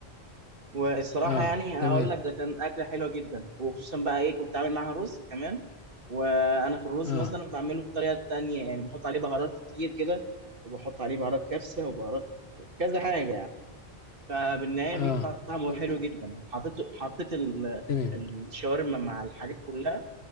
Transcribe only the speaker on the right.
والصراحة
يعني
هقول لك ده كان أكلة حلوة جدا وخصوصا بقى إيه كنت عامل معاها رز كمان وأنا في الرز
مثلا بعمله بطريقة تانية يعني بحط عليه بهارات كتير كده وبحط عليه بهارات كبسة وبهارات كذا حاجة يعني فبالنهاية
بيطلع طعمه
حلو جدا حطيت حطيت ال-
الشاورما مع الحاجات كلها